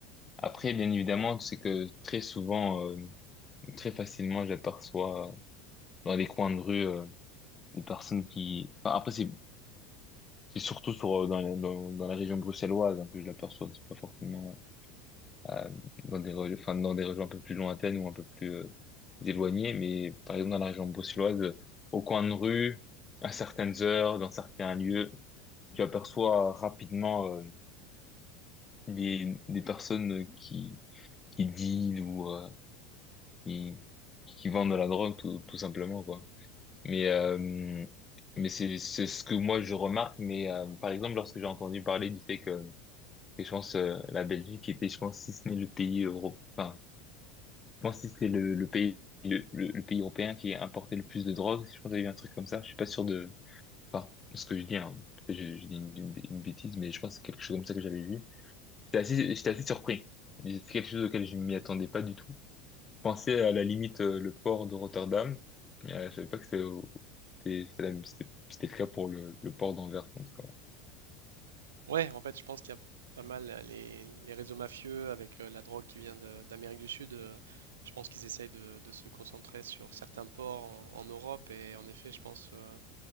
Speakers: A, on the left; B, on the right.
A: Après, bien évidemment, c'est que très souvent, euh, très facilement, j'aperçois dans des coins de rue euh, des personnes qui. Enfin, après, c'est c'est surtout sur euh, dans, la- dans dans la région bruxelloise hein, que je l'aperçois. C'est pas forcément. euh, dans des, re- enfin, dans des régions un peu plus lointaines ou un peu plus euh, éloignées. Mais par exemple, dans la région bruxelloise, euh, au coin de rue, à certaines heures, dans certains lieux, tu aperçois rapidement euh, des, des personnes qui, qui dealent ou euh, qui, qui vendent de la drogue, tout, tout simplement, quoi. Mais, euh, mais c'est, c'est ce que moi je remarque. Mais euh, par exemple, lorsque j'ai entendu parler du fait que, que je pense euh, la Belgique était, je pense, si ce n'est le pays européen pense que c'était le, le pays le, le- le pays européen qui importait le plus de drogue. si Je pense qu'il y a eu un truc comme ça. Je suis pas sûr de enfin ce que je dis. Hein. Je, je dis une, une- une bêtise, mais je pense que c'est quelque chose comme ça que j'avais vu. J'étais assez j'étais assez surpris. C'est quelque chose auquel je m'y attendais pas du tout. Je pensais à la limite euh, le port de Rotterdam. Euh, je savais pas que c'était au- c'était c'était la- c'était- c'était le cas pour le, le port d'Anvers en tout cas.
B: Ouais, en fait, je pense qu'il y a pas mal euh, les, les réseaux mafieux avec euh, la drogue qui vient de- d'Amérique du Sud. euh, je pense qu'ils essayent de, de se concentrer sur certains ports en, en Europe et en effet, je pense euh,